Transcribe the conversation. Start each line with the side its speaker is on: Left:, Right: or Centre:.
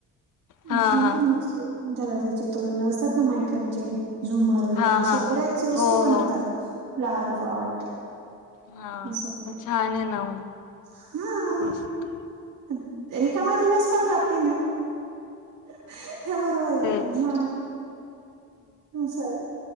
Left: हा
Right: छान
Left: हा
Right: छान असतं दरवाज्याचे तोरण असतात ना मायक्रमचे झुमर वगैरे
Left: हा
Right: अशे
Left: हा हा
Right: बऱ्याच वस्तू
Left: हो
Right: बनवतात
Left: हो
Right: फ्लावर पॉट
Left: हा
Right: असं
Left: छान आहे ना
Right: हा मग
Left: मस्त
Right: रिकामा दिवस पण जातंय ना. हा बरोबर आहे
Left: तेच
Right: का नाही मग हो सर